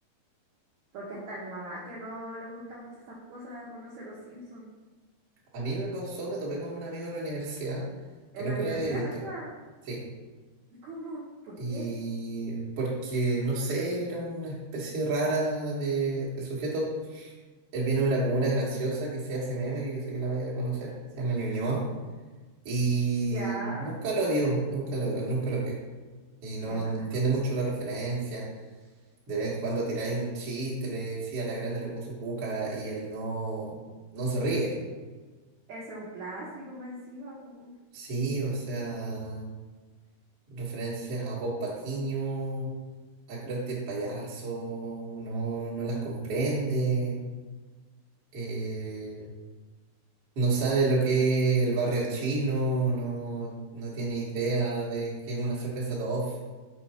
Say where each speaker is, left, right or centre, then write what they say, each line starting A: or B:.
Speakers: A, on the right; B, on the right.
A: Porque hasta mi mamá, que no le gusta mucho esas cosas, conoce los Simpsons.
B: A mí me pasó, me topé con un amigo en la universidad que
A: En
B: nunca
A: la universidad
B: lo había visto.
A: me decía,
B: Sí.
A: ¿y cómo? ¿Por
B: Y
A: qué?
B: porque, no sé, era una especie rara de, de sujeto. Él viene de una comuna graciosa que se hace meme, que yo sé que la vayan a conocer. Se llama Ñuñoa. Y
A: Ya,
B: nunca lo vio, nunca lo, nunca lo vio. Y
A: qué
B: no
A: raro.
B: entiende mucho la referencia. De vez en cuando tiráis un chiste, le decía a la grande le puse cuca y él no, no se ríe.
A: Ese es un clásico más encima, po.
B: Sí, o sea. Referencias a Bob Patiño, a Krusty el payaso, no, no las comprende, eh, no sabe lo que es el barrio chino, no, no tiene idea de qué es una cerveza Dove.